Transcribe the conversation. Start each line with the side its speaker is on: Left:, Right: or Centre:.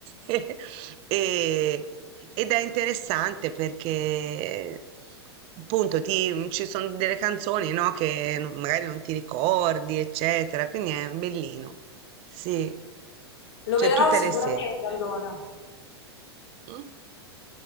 Right: <laughs> e, ed è interessante perché appunto ti- ci sono delle canzoni, no, che non- magari non ti ricordi, eccetera, quindi è bellino. Sì,
Left: Lo
Right: c'è
Left: vedrò
Right: tutte
Left: sicuramente
Right: le sere.
Left: allora.
Right: Mm?